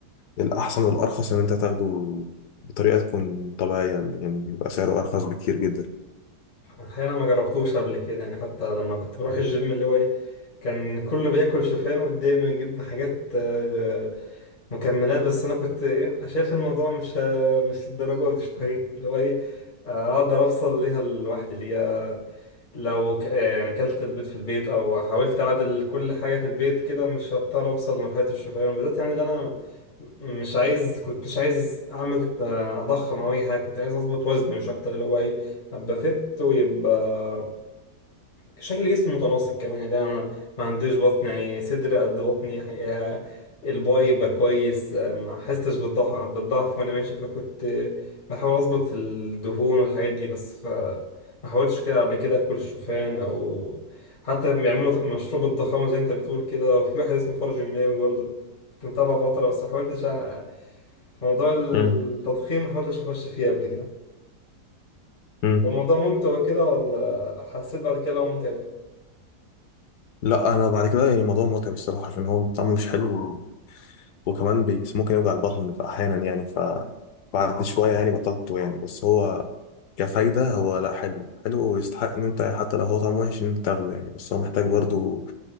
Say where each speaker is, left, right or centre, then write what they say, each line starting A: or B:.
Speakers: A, on the left (about 75°); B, on the left (about 30°).
A: الأحسن والأرخص إن أنت تاخده بطريقة تكون طبيعية يعني بيبقى سعره أرخص بكتير جدا
B: احيانا ما جربتوش قبل كده يعني حتى لما كنت بروح الجيم اللي هو ايه كان كله بياكل شوفان قدامي ويجيب حاجات آه، مكملات بس انا كنت ايه شايف الموضوع مش آه، مش الدرجه دي شويه اللي هو ايه آه، اقدر اوصل ليها لوحدي اللي هي لو ك- يعني كلت البيض في البيت او حاولت اعدل كل حاجه في البيت كده مش هضطر اوصل لمرحله الشوفان بالذات يعني اللي انا مش عايز كنت مش عايز اعمل اضخم او اي حاجه كنت عايز اظبط وزني مش اكتر اللي هو ايه ابقى فت ويبقى شكل جسمي متناسق كمان يعني انا ما عنديش بطن يعني صدر قد بطني حقيقة الباي يبقى كويس ما حستش بالضعف بالضعف وانا ماشي فكنت بحاول اظبط الدهون والحاجات دي بس ف ما حاولتش كده قبل كده اكل الشوفان او حتى بيعملوا مشروب الضخامه زي انت بتقول كده وفي واحد اسمه فرج الماوي برضه كنت متابعه فتره بس ما حاولتش أ- موضوع التضخيم
A: امم
B: ما حاولتش اخش فيه قبل كده
A: امم
B: هو الموضوع ممتع وكده ولا حسيت بعد كده لو متعب
A: لا أنا بعد كده يعني الموضوع متعب الصراحة عشان هو طعمه مش حلو وكمان بي- ممكن يوجع البطن أحيانا يعني ف بعد شوية يعني بطلته يعني بس هو كفايدة هو لا حلو حلو ويستحق إن أنت حتى لو هو طعمه وحش إن أنت تاخده يعني بس هو محتاج برضو